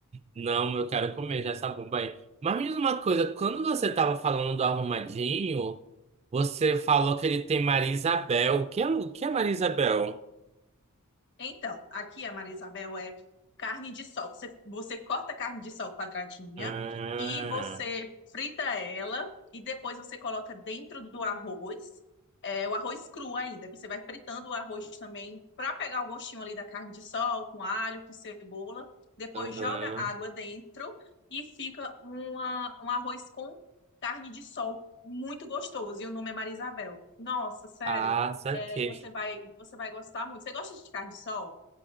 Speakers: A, on the right (about 30°); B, on the left (about 55°).
A: Não, eu quero comer já essa bomba aí. Mas me diz uma coisa, quando você estava falando do arrumadinho, você falou que ele tem Maria Isabel. O que é, o que é Maria Isabel?
B: Então, aqui a Maria Isabel é carne de sol. Você, você corta a carne de sol quadradinha
A: Ah,
B: e você frita ela e depois você coloca dentro do arroz, é, o arroz cru ainda. Você vai fritando o arroz também para pegar o gostinho ali da carne de sol, com alho, com cebola. Depois
A: aham.
B: joga água dentro e fica uma, um arroz com carne de sol muito gostoso. E o nome é Maria Isabel. Nossa, sério.
A: Ah, saquei.
B: É, você vai, você vai gostar muito. Você gosta de carne de sol?